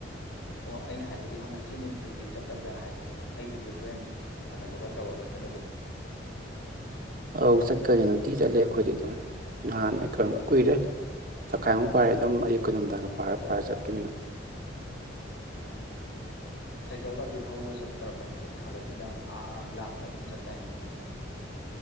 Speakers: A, on the left (about 75°); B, on the right (about 45°).
A: ꯑꯣ ꯑꯩꯅ ꯍꯥꯏꯕꯗꯤ ꯉꯁꯤ ꯅꯨꯡꯊꯤꯜꯒꯤ ꯆꯠꯀꯗ꯭ꯔꯥ ꯍꯥꯏꯕꯅꯤꯗ ꯑꯩꯕꯨꯗꯤ ꯍꯣꯔꯦꯟ ꯏꯃꯥꯟꯅꯕꯒ ꯇꯧꯔꯒ ꯆꯠꯂꯨꯒꯅꯤ꯫
B: ꯑꯥꯎ ꯆꯠꯀꯅꯤ ꯅꯨꯡꯇꯤ ꯆꯠꯂꯦ ꯑꯩꯈꯣꯏꯗꯤ ꯑꯗꯨꯝ꯫ <unintelligible> ꯀꯨꯏꯔꯦ ꯊꯈꯥꯏꯃꯨꯛ ꯐꯥꯔꯦ ꯑꯗꯨꯝ ꯑꯌꯨꯛꯀ ꯅꯨꯡꯗꯥꯡꯒ ꯄꯥꯔ ꯄꯥꯔ ꯆꯠꯄꯅꯤꯅ꯫
A: ꯑꯣ ꯁꯥꯏꯀꯜ ꯀꯥꯇꯤ ꯊꯧꯕ ꯆꯠꯇ꯭ꯔꯕꯣ ꯍꯧꯖꯤꯛ ꯅꯍꯥꯟꯋꯥꯏꯗꯤ ꯅꯪ ꯑꯥ ꯂꯥꯞꯅ ꯑꯗꯨꯝ ꯆꯠꯇꯥꯏꯅꯦ ꯅꯣꯏ ꯃꯈꯩ꯫